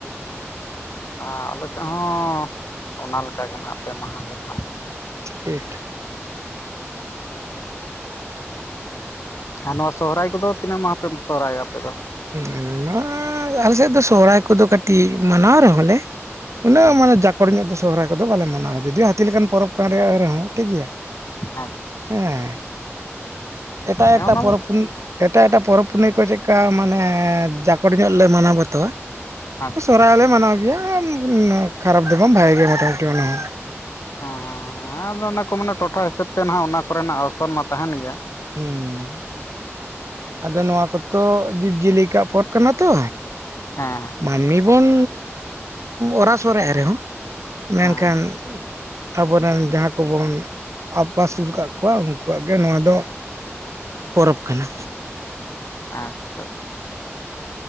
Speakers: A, on the left; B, on the right.
A: ᱟᱨ ᱟᱞᱮ ᱥᱮᱫ ᱦᱚᱸ ᱚᱱᱟ‌ ᱞᱮᱠᱟᱜᱮ ᱱᱟᱜ ᱯᱮ ᱢᱟᱦᱟ ᱜᱮ ᱱᱟᱦᱟᱜ
B: ᱴᱷᱤᱠ
A: ᱟᱨ ᱱᱚᱣᱟ ᱥᱚᱦᱨᱟᱭ ᱠᱚᱫᱚ ᱛᱤᱱᱟᱹᱜ ᱢᱟᱦᱟ ᱯᱮ ᱥᱚᱦᱨᱟᱭᱚᱜ ᱟ ᱟᱯᱮ ᱫᱚ
B: <inaudible> ᱢᱟ ᱟᱞᱮᱥᱮᱫ ᱫᱚ ᱥᱚᱦᱨᱟᱭ ᱠᱚᱫᱚ ᱠᱟᱹᱴᱤᱡ ᱢᱟᱱᱟᱣ ᱨᱮᱦᱚᱸ ᱞᱮ ᱩᱱᱟᱹᱜ
A: ᱦᱮᱸ
B: ᱢᱟᱱᱮ ᱡᱟᱠᱚᱲ ᱧᱚᱜ ᱫᱚ ᱥᱚᱦᱨᱟᱭ ᱠᱚᱫᱚ ᱵᱟᱞᱮ ᱢᱟᱱᱟᱣᱟ ᱡᱚᱫᱤ ᱦᱟᱹᱛᱤ ᱞᱮᱠᱟᱱ ᱯᱚᱨᱚᱵᱽ ᱠᱟᱱ ᱨᱮᱭᱟᱜ ᱨᱮᱦᱚᱸ ᱴᱷᱤᱠ ᱜᱮᱭᱟ
A: ᱟᱪᱪᱷᱟ
B: ᱦᱮᱸ ᱮᱴᱟᱜ
A: ᱦᱮᱸ
B: ᱮᱴᱟᱜ
A: ᱚᱱᱟ
B: ᱯᱚᱨᱚᱵᱽ
A: ᱢᱟ
B: ᱮᱴᱟᱜ ᱮᱴᱟᱜ ᱯᱚᱨᱚᱵᱽ ᱯᱩᱱᱟᱹᱭ ᱠᱚ ᱪᱮᱫᱠᱟ ᱢᱟᱱᱮ ᱡᱟᱠᱚᱰ ᱧᱚᱜ ᱞᱮ ᱢᱟᱱᱟᱣ ᱵᱟᱛᱟᱣᱟ
A: ᱟᱪᱪᱷᱟ
B: ᱥᱚᱦᱨᱟᱭ ᱦᱚᱸ ᱞᱮ ᱢᱟᱱᱟᱣ ᱜᱮᱭᱟ ᱠᱷᱟᱨᱟᱯ ᱫᱚ ᱵᱟᱝ ᱵᱷᱟᱜᱮ ᱜᱮᱭᱟ ᱢᱚᱴᱟ ᱢᱩᱴᱤ ᱚᱱᱟ ᱦᱚᱸ
A: ᱦᱮᱸ ᱦᱮᱸ ᱮᱸᱻ ᱟᱫᱚ ᱚᱱᱟ ᱠᱚ ᱢᱟᱱᱮ ᱴᱚᱴᱷᱟ ᱦᱤᱥᱟᱹᱵ ᱛᱮ ᱱᱷᱟᱜ ᱚᱱᱟ ᱠᱚᱨᱮᱱᱟᱜ ᱚᱨᱥᱚᱝ ᱢᱟ ᱛᱟᱦᱮᱱ ᱜᱮᱭᱟ
B: ᱦᱩᱸᱻᱻᱻ ᱟᱫᱚ ᱱᱚᱣᱟ ᱠᱚᱛᱚ ᱡᱤᱵᱽ ᱡᱤᱭᱟᱹᱞᱤ ᱠᱚᱣᱟᱜ ᱯᱚᱫᱽ ᱠᱟᱱᱟ ᱛᱚ
A: ᱦᱮᱸ ᱦᱟᱸ
B: ᱢᱟᱹᱱᱢᱤ ᱵᱚᱱ ᱚᱨᱟᱥᱚᱨᱟ ᱨᱮᱦᱚᱸ ᱢᱮᱱᱠᱷᱟᱱ
A: ᱦᱮᱸ
B: ᱟᱵᱚᱨᱮᱱ ᱡᱟᱦᱟᱸ ᱠᱚᱵᱚᱱ ᱟᱵᱟᱥᱩᱞ ᱠᱟᱜ ᱠᱚᱣᱟ ᱩᱱᱠᱩᱣᱟᱜ ᱜᱮ ᱱᱚᱣᱟ ᱫᱚ ᱯᱚᱨᱚᱵᱽ ᱠᱟᱱᱟ
A: ᱟᱪᱪᱷᱟ ᱟᱪᱪᱷᱟ